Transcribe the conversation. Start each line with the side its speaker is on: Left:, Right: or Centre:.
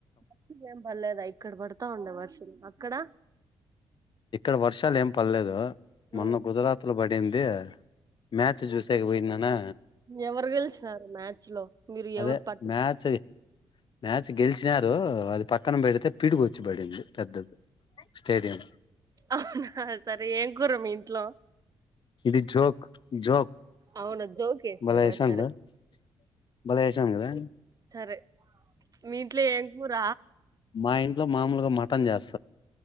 Right: వర్షలు ఏం పర్లేదా ఇక్కడ పడతా ఉండే వర్షలు అక్కడ
Left: ఇక్కడ వర్షాలు ఏం పర్లేదు మొన్న
Right: ఉమ్
Left: గుజరాత్ లో పడింది మ్యాచ్ చూసాక పోయి నానా
Right: ఎవరు గెలిచినారు మ్యాచ్ లో మీరు
Left: అదే
Right: ఎవరు పట్టించారు
Left: మ్యాచ్ మ్యాచ్ గెలిచినారు అది పక్కన పెడితే పీడికొచ్చి బడి పెద్ద స్టేడియం
Right: అవునా సరే ఏం కూర మీ ఇంట్లో
Left: ఇది జోక్ జోక్
Right: అవునా జోక్ వేసినారా
Left: బలేసా
Right: సరే
Left: బ వసాదా
Right: సరే మీ ఇంట్లో ఏం కూర
Left: మా ఇంట్లో మామలుగా మాటన్ చా